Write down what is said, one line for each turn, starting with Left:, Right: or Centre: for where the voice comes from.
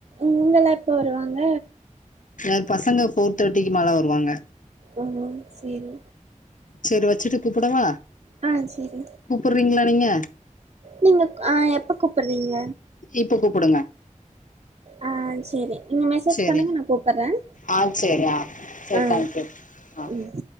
Right: இவங்களா எப்ப வருவாங்க
Left: யென் பசங்க ஃபோர் தேர்ட்டிக்கு மேல வருவாங்க
Right: ஓ ஓ செரி
Left: செரி வச்சிட்டு கூப்படவா
Right: ஆ செரி
Left: கூப்பறீங்களா நீங்க
Right: நீங்க ஆ எப்ப கூப்பறீங்க
Left: இப்ப கூப்புடுங்க
Right: ஆ செரி நீங்க மெசேஜ்
Left: சேரி
Right: பண்ணுங்க நான் கூப்புறன்
Left: ஆ சரி ஆ சரி
Right: ஆ
Left: தேங்க்யூ ஆ
Right: ம்